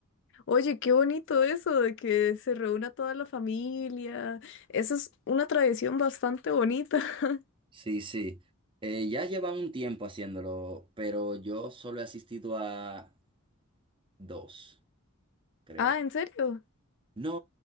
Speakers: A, on the left (about 55°); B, on the right (about 25°).
A: Oye, qué bonito eso de que se reúna toda la familia. Eso es una tradición bastante bonita. <laughs>
B: Sí, sí. Eh, ya llevan un tiempo haciéndolo, pero yo solo he asistido a dos, creo.
A: Ah, ¿en serio?
B: No,